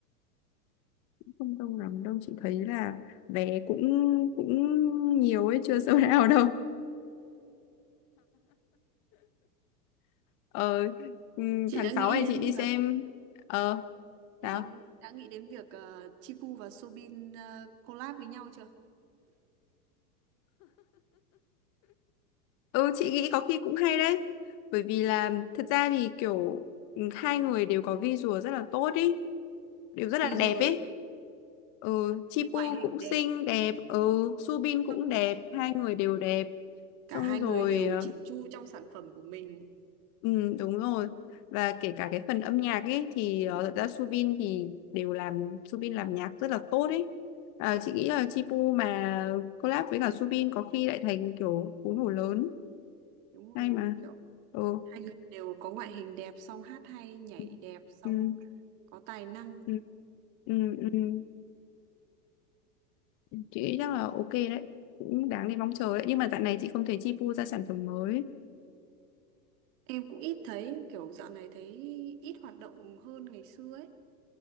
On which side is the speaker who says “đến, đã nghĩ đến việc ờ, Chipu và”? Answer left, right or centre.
Right